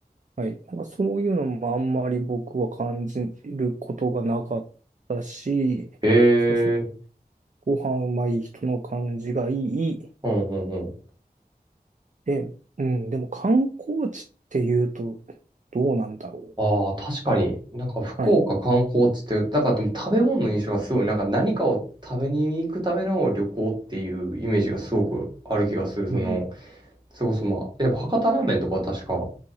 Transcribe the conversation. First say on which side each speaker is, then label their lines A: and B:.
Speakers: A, on the right (about 50°); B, on the right (about 25°).
A: はい。なんかそういうのもあんまり僕は感じることがなかったし、
B: ええ
A: そうですね。ご飯うまい、人の感じがいい。
B: うん、うん、
A: で、うん、でも観光地っていうと、どうなんだろう。
B: ああ、確かに。なんか福岡観光地って、
A: はい。
B: だからでも食べ物の印象がすごい、なんか何かを食べに行くための旅行っていうイメージがすごくある気がする。その、
A: うん。
B: それこそまあ、やっぱ博多ラーメンとかは確か